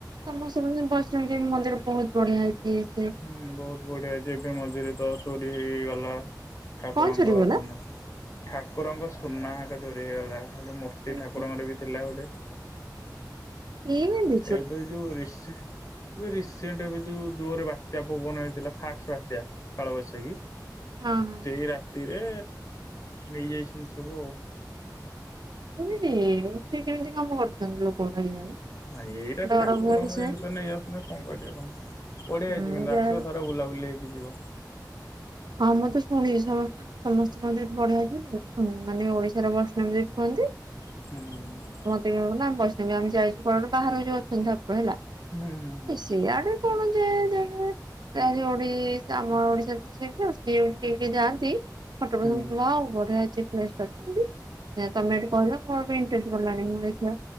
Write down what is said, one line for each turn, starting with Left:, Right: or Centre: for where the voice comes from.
Right: ସମସ୍ତେ କହୁଛନ୍ତି ବୈଷ୍ଣବୀ ଦେବୀ ମନ୍ଦିର ବୋହୁତ୍ ବଢ଼ିଆ ହୋଇଛି।
Left: ହୁଁ ବୋହୁତ୍ ବଢିଆ ହେଇଛି। ଏବେ ମଝିରେ ତ ଚୋରି ହେହେଇଗଲା। ଠାକୁରଙ୍କ
Right: କଣ ଚୋରି ହେଇଗଲା?
Left: ସୁନା। ଠାକୁରଙ୍କ ସୁନା ଆଗ ଚୋରି ହେଇଗଲା। ଗୋଟେ ମୁର୍ ତି
Right: ଏଇ
Left: ଠାକୁରଙ୍କର ବି ଥିଲା ଗୋଟେ।
Right: ଦେଇ ନାହାନ୍ତି?
Left: ଏବେ ଯୋଉ ରିଶି ଏବେ ରିସେଣ୍ଟ ଏବେ ଯୋଉ ଜୋରରେ ବାତ୍ୟା ପବନ ହେଇଥିଲା ଫାଷ୍ଟ ବାତ୍ୟା କାଳବୈଶାଖୀ
Right: ହଁ ହଁ
Left: ସେଇ ରାତିରେ ନେଇ ଯାଇଛନ୍ତି ସବୁ ଆଉ।
Right: କେମିତି ଏମିତି କେମିତି କାମ କରୁଛନ୍ତି ଲୋକ ମାନେ କେଜାଣି।
Left: ହଁ ଏଇଟା
Right: ଡର
Left: ଠାକୁରଙ୍କ
Right: ଭୟ ବିଷୟରେ
Left: ଜିନିଷ ନେଇ ଯାଉଛନ୍ତି କଣ କରିବା କହନି? ବଢ଼ିଆ ହେଇଚି
Right: ହୁଁ
Left: କିନ୍ତୁ
Right: ଯା
Left: ଆସିବ ଥରେ ବୁଲାବୁଲି ହେଇକି ଯିବ।
Right: ହଁ ମୁଁ ତ ଶୁଣଛିି ସମ ସମସ୍ତେ କହନ୍ତି ସେଠି ବଢ଼ିଆ ହେଇଛି ମାନେ ଓଡ଼ିଶାର ବୈଷ୍ଣବୀ ଦେବୀ କୁହନ୍ତି।
Left: ହୁଁ।
Right: ଶୁଣୁନ, ବୈଷ୍ଣବୀ ଆମେ ଯାଇଛୁ ବାହାରେ ଯୋଉ ଆଛନ୍ତି ଠାକୁର ହେଲା।
Left: ହୁଁ, ହୁଁ, ହୁଁ।
Right: ସେଆଡ଼େ କଣ ଜେଫ ଜେ ଯୋଉ ଓଡ଼ି ଆମ ଓଡିଶା ସେ ସ ଯାଆନ୍ତି ଫଟୋ ଫଟୋ
Left: ହୁଁ
Right: ୱାଅ ବଢ଼ିଆ ହେଇଛି ପ୍ଲେସ ତାପରେ ଏମିତି, ତମେ ଏଠି କହିଲ ମୋର ବି ଇଣ୍ଟ୍ରେଷ୍ଟ ବଢ଼ିଲାଣି ମୁଁ ଦେଖିବା